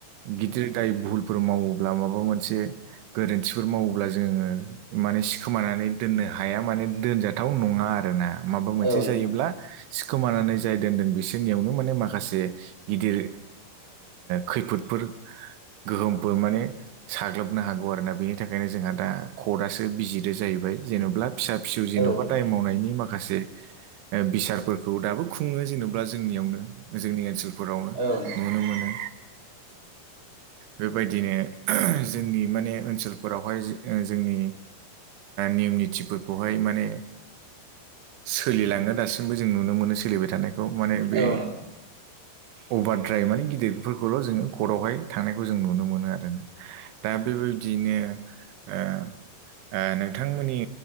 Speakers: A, on the right; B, on the left.
A: गिदिर दाय भुहुलफोर मावोब्ला माबा मोनसे गोरोन्थिफोर मावोब्ला जोंङो माने सि खोमानानै दोननो हाया माने दोनजाथाव नङा आरोना। माबा मोनसे
B: औ नोंथां
A: जायोब्ला। सिखोमानानै जाय दोनदों बिसोरनियावनो माने माखासे गिदिर खैफोदफोर गोहोमफोर माने साग्लोबनो हागौ आरोना बेनि थाखायनो जोंहा दा कर्टआसो बिजिरदो जाहैबाय जेन'बा फिसा फिसौ जेन'बा
B: औ नोंथां
A: दाय मावनायनि माखासे बिसारफोरखौ दाबो खुंङो जेन'बा जोंनियावनो जोंनि ओनसोल फोरावनो
B: औ नोंथां
A: नुनो मोनो। बेबायदिनो जोंनि माने ओनसोलफोरावहाय जोंनि नियम निथिफोरखौहाय माने सोलिलाङो दासिमबो जों नुनो मोनो सोलिबाय थानायखौ माने बे
B: औ नोंथां
A: अभार ड्राइभ माने गिदिरफोरखौल' जोंङो कर्टआवहाय थांनायखौ जों नुनो मोनो आरो ना। दा बेबायदियैनो नोंथांमोननि